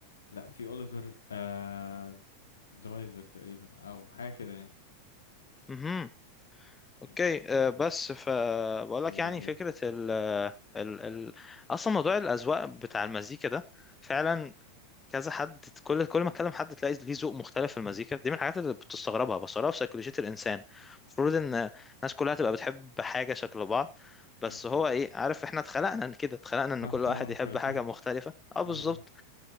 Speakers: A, on the left; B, on the left.
A: لا في اوليفر آه درايفر تقريبا او حاجه كده يعني
B: امم
A: مم.
B: اوكي أه بس فبقول
A: او
B: لك
A: دريفير
B: يعني فكره ال ال ال اصلا موضوع الاذواق بتاع المزيكا ده فعلا كذا حد كل كل ما اتكلم حد تلاقي ليه ذوق مختلف في المزيكا دي من الحاجات اللي بتستغربها بصراحه في سيكولوجيه الانسان المفروض ان الناس كلها تبقى بتحب حاجه شكل بعض بس
A: مم.
B: هو ايه عارف احنا اتخلقنا كده اتخلقنا
A: <laughs>
B: ان
A: احنا
B: كل
A: خلينا
B: واحد
A: مختلفين
B: يحب حاجه مختلفه اه بالظبط
A: اه